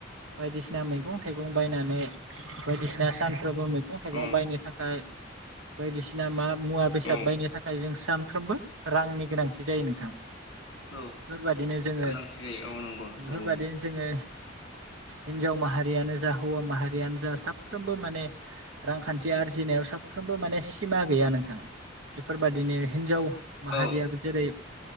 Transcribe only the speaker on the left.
औ
औ
औ
गोनांथि जायो औ नंगौ
नंगौ औ
ओ